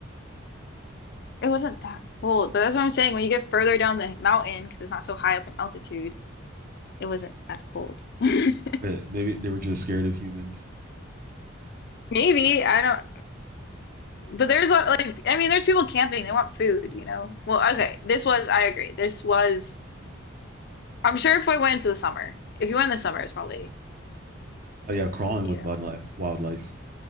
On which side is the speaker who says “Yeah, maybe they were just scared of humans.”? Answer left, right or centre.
Right